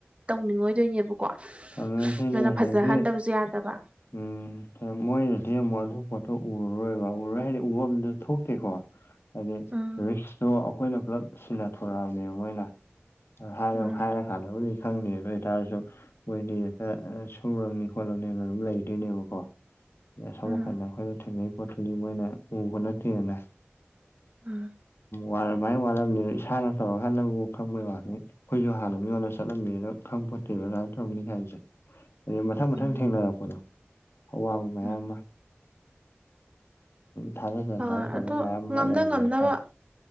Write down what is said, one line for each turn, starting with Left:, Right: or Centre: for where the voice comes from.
Right: ꯇꯧꯅꯤꯡꯉꯣꯏꯗꯣꯏꯅꯦꯕꯀꯣ
Left: ꯇꯧꯅꯔꯤꯁꯤꯅꯤ
Right: ꯅꯣꯏꯅ
Left: ꯑꯗꯒꯤ
Right: ꯐꯖꯍꯟꯗꯕꯁꯨ ꯌꯥꯗꯕ
Left: ꯎꯝ ꯃꯣꯏꯅꯗꯤ ꯑꯃꯨꯛ ꯑꯗꯨ ꯄꯣꯠꯇꯣ ꯎꯔꯔꯣꯏꯕ ꯎꯔꯣꯏ ꯍꯥꯏꯗꯤ ꯎꯕꯗꯨ ꯊꯣꯛꯇꯦꯀꯣ ꯍꯥꯏꯗꯤ
Right: ꯎꯝ
Left: ꯔꯤꯛꯁꯇꯣ ꯑꯩꯈꯣꯏꯅ ꯄꯨꯂꯞ ꯁꯤꯟꯅꯊꯣꯔꯛꯑꯕꯅꯦꯕ ꯃꯣꯏꯅ ꯍꯥꯏꯥꯏꯔ
Right: ꯎꯝ
Left: ꯍꯥꯏꯥꯏꯔꯦ ꯈꯥꯏ ꯈꯪꯅꯤ ꯑꯗꯨ ꯑꯣꯏꯇꯥꯔꯁꯨ ꯃꯣꯏꯗꯤ ꯍꯦꯛꯇ ꯁꯅꯤ ꯈꯣꯠꯂꯕꯅꯤ ꯂꯩꯗꯣꯏꯅꯦꯕꯀꯣ ꯑ ꯁꯝꯀꯟꯗ
Right: ꯎꯝ
Left: ꯑꯩꯈꯣꯏꯅ ꯊꯦꯡꯅꯩ ꯄꯇꯂꯤ ꯃꯥꯏꯅ ꯎꯕꯣꯔꯅ ꯊꯔꯅꯥ
Right: ꯎꯝ
Left: ꯋꯥꯔꯃꯥꯏꯅ ꯋꯥꯠꯂꯝꯃꯤ ꯏꯁꯥꯅ ꯇꯧꯔꯀꯥꯟꯗꯕꯨ ꯈꯪꯕꯩ ꯋꯥꯠꯅꯤ ꯑꯩꯈꯣꯏꯁꯨ ꯍꯥꯟꯅ ꯃꯤꯉꯣꯟꯗ ꯆꯠꯂꯝꯃꯤꯅ ꯣꯠꯇꯦꯕ ꯂꯥꯏ ꯇꯧꯔꯝꯅꯤ ꯍꯥꯏꯕꯁꯦ ꯑ ꯃꯊꯪ ꯃꯊꯪ
Right: ꯎꯝ
Left: ꯊꯦꯡꯅꯔ ꯑꯋꯥꯕ ꯃꯌꯥꯝ
Right: ꯎꯝ
Left: ꯑꯃ ꯊꯥꯖꯗ
Right: ꯑ
Left: ꯊꯥꯖꯗꯕ
Right: ꯑꯗꯣ
Left: ꯃꯌꯥꯝ ꯑꯃ
Right: ꯉꯝꯅ
Left: ꯂꯩꯔꯝꯃꯦ
Right: ꯉꯝꯅꯕ
Left: ꯍꯥꯏꯇꯥꯔꯦ